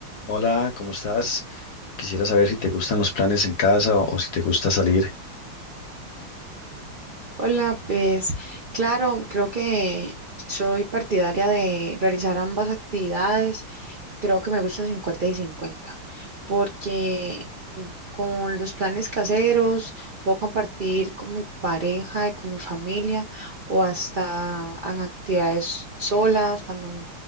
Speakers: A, on the left; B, on the right.
A: Hola, ¿cómo estás? Quisiera saber si te gustan los planes en casa o, o si te gusta salir.
B: Hola, pues claro, creo que soy partidaria de realizar ambas actividades. Creo que me gusta 50 y 50, porque mm, con los planes caseros puedo compartir con mi pareja y con mi familia o hasta en actividades solas, cuando, m-